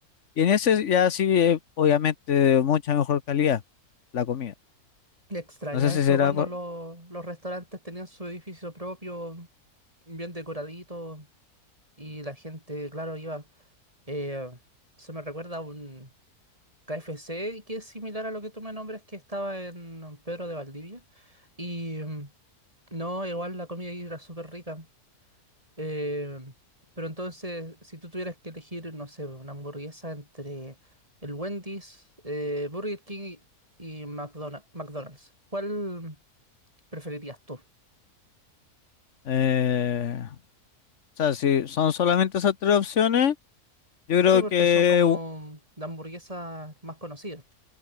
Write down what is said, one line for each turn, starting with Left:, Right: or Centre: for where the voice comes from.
Left: y en ese ya sí, eh, obviamente, de mucha mejor calidad la comida.
Right: Extraño
Left: No sé
Right: eso
Left: si será...
Right: cuando
Left: por-
Right: lo- los restaurantes tenían su edificio propio, bien decoradito, y la gente, claro, iba. eh, se me recuerda a un, KFC, que es similar a lo que tú me nombras, que estaba en Pedro de Valdivia. Y mm, no, igual la comida ahí era súper rica. Eh, pero entonces, si tú tuvieras que elegir, no sé, una hamburguesa entre el Wendy's, eh, Burger King y McDona- McDonald's, ¿cuál preferirías tú?
Left: eh, o sea, si son solamente esas tres opciones, yo creo
Right: Sí, porque
Left: que,
Right: son como
Left: u-
Right: de hamburguesas más conocidas.